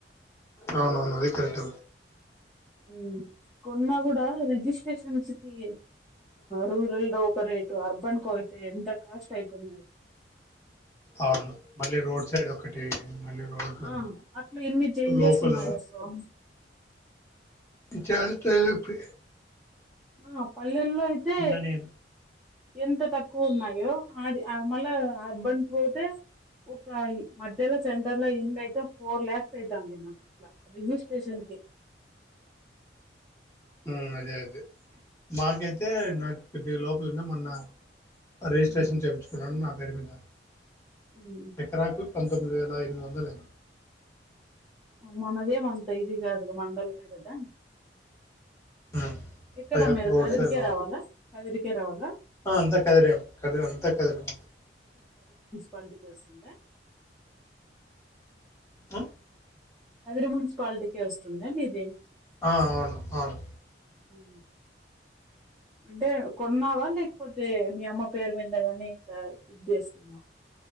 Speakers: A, on the left; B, in the centre.
A: అవునవును అది కరెక్ట్
B: ఉ కొన్నా కూడా రిజిస్ట్రేషన్స్ కి రూరల్ ఒ <unintelligible> క రేటు అర్బన్ కు అయితే ఎంత కాస్ట్ అయిపోయినాయో
A: అవును మళ్ళీ రోడ్ సైడ్ ఒకటి మళ్ళీ రోడ్లు
B: ఆ అట్లా ఎన్ని చేంజెస్
A: లోపల
B: ఉన్నాయో స్వామి
A: ఇచాన్ పే పే
B: ఉ అప్ పల్లెల్లో అయితే
A: ఉన్నా నేను
B: ఎంత తక్కువ ఉన్నాయో అది మళ్ళ అర్బన్ పోతే ఒక మధ్యలో సెంటర్ లో ఎంద అయితే ఫోర్ లాక్స్ అయితాంది అన్నా అట్లా రిజిస్ట్రేషన్ కి
A: ఉ అదే అదే మాకైతే నాకు కొద్ది లోపల ఉన్నా మొన్న రిజిస్ట్రేషన్
B: ఉమ్,
A: చేయించుకున్నాను నా పేరు మీద
B: ఉమ్.
A: ఎకరాకు పంతొమ్మిది వందల అయినాయి
B: మనదే మంత ఇది కాదుగా మండలమే కదా
A: ఉమ్
B: ఎక్కడ
A: అదే
B: మీరు
A: రోడ్
B: కదిరికే
A: సైడ్ లోపల
B: రావాలా కదిరి రావాలా
A: ఆ అంతా కదిరేం కదిరీ అంతా కదిరీ అంతా
B: పాలిటికే వస్తుందా
A: ఆ
B: అదే మున్సిపాలిటీ కే వస్తుంద మిది
A: ఆ అవును అవును
B: ఉ అంటే కొన్నావా లేకపోతే మీ అమ్మ పేరు మీద గాని ఇట్లా ఇది చేసుకున్నావా